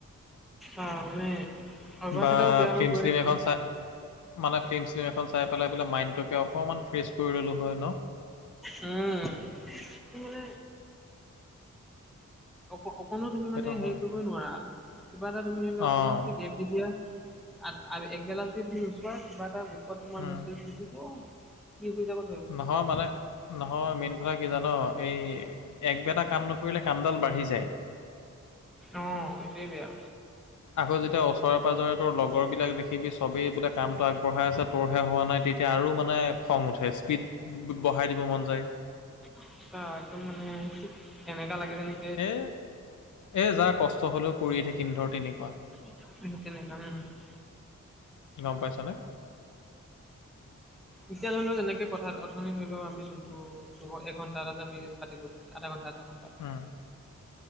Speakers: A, in the centre; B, on the left (about 75°).
A: অ', মানে অভ্যাস
B: বা
A: এটাও বেয়া
B: ফিল্ম
A: হৈ গৈ
B: শ্লিম
A: আছে
B: এখন
A: উম
B: চা মানে ফিল্ম শ্লিম এখন চাই পেলাই মানে মাইণ্ডটোকে অকণমান ফ্ৰেছ কৰি ল'লোঁ হয় ন?
A: উম, মোৰ মানে অক-অকণো তুমি
B: সেইটো
A: মানে
B: হয়
A: হেৰি কৰিবই নোৱাৰা, কিবা এটা তুমি ধৰি লোৱা
B: অঁ
A: অকণমানকে গেপ দি দিয়া <unintelligible> একবেলা যদি তুমি নোচোৱা কিবা এটা গ্ৰুপত তোমাৰ
B: উম।
A: মেছেজ দি দিব। <unintelligible>
B: নহয় মানে নহয় মেইন কথা কি জানোঁ এই, একবেলা কাম নকৰিলে কামডাল বাঢ়ি যায়।
A: অ', সেইটোৱেই বেয়া।
B: আকৌ যেতিয়া ওচৰে পাঁজৰে তোৰ লগৰবিলাক দেখিবি চবেই বোলে কামটো আগবঢ়াই আছে তোৰহে হোৱা নাই তেতিয়া আৰু মানে খং উঠে স্পীড, বঢ়াই দিব মন যায়।
A: সঁচা একদম মানে, এনেকা লাগে যেনে
B: সে, এ যা কষ্ট হ'লেও কৰিয়ে থাকিম ধৰ তেনেকুৱা।
A: <unintelligible>
B: গম পাইছানে?
A: এতিয়া ধৰি লও যেনেকে কথা অথনি ধৰি লও আমি যোনটো, দু এঘন্টা এ আমি পাতিলোঁ। আধা ঘণ্টা আধা ঘণ্টা।
B: অ',